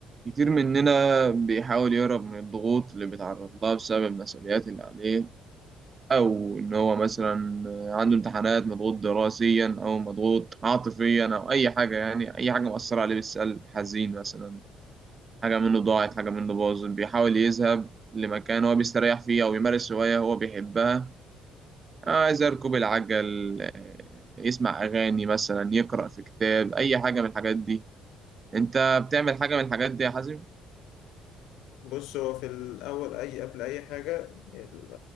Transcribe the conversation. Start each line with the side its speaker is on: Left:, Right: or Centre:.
Right: كتير مننا بيحاول يهرب من الضغوط اللي بيتعرض لها بسبب المسؤوليات اللي عليه أو إن هو مثلا عنده امتحانات مضغوط دراسيا أو مضغوط عاطفيا أو أي حاجة يعني أي حاجة مؤثرة عليه بالسلب حزين مثلا حاجة منه ضاعت حاجة منه باظت بيحاول يذهب لمكان هو بيستريح فيه أو يمارس هواية هو بيحبها آه، عايز يركب العجل آه، يسمع أغاني مثلا يقرأ في كتاب أي حاجة من الحاجات دي أنت بتعمل حاجة من الحاجات دي يا حازم؟
Left: بص هو في الأول أي قبل أي حاجة ال-